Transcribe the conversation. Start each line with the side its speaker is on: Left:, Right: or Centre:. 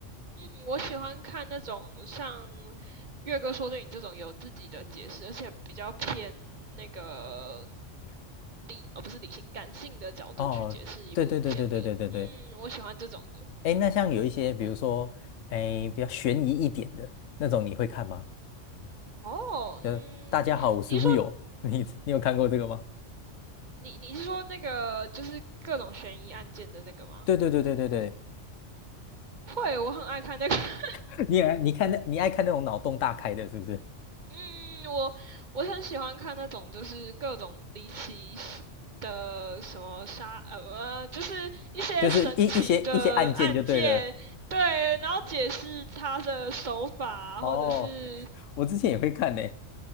Right: 嗯，我喜欢看那种像月哥说的你这种有自己的解释，而且比较偏那个理，哦，不是理性，感性的角度去解释一部影片的。
Left: 哦。对对对对对对对对，
Right: 嗯，我喜欢这种的。
Left: 哎，那像有一些比如说哎比较悬疑一点的那种，你会看吗？
Right: 哦，
Left: 就大家好，
Right: 嗯，
Left: 我是
Right: 你是说
Left: Will，<laughs> 你你有看过这个吗？
Right: 你你是说那个就是各种悬疑案件的那个吗？
Left: 对对对对对对，
Right: 会，我很爱看那个。<laughs>
Left: <laughs> 你也你看那你爱看那种脑洞大开的，是不是？
Right: 嗯，我我很喜欢看那种就是各种离奇事的什么杀呃，呃就是一些神奇的案件，
Left: 就是一一些一些案件就对了。
Right: 对，然后解释他的手法，
Left: 哦，
Right: 或者是
Left: <laughs> 我之前也会看呢、